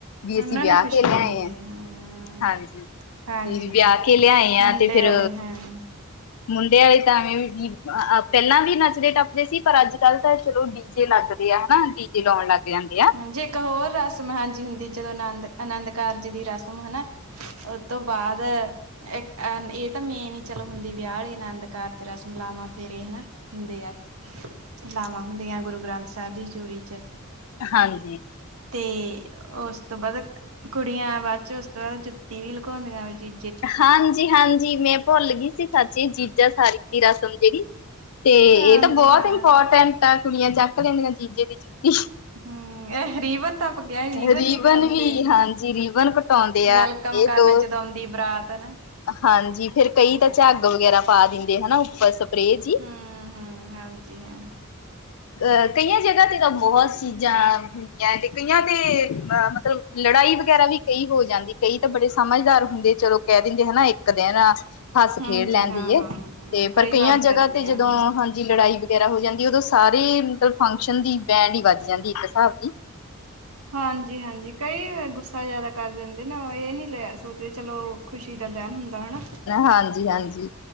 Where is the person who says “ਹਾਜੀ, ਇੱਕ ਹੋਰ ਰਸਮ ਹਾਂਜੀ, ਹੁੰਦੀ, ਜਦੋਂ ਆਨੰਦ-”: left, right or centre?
Right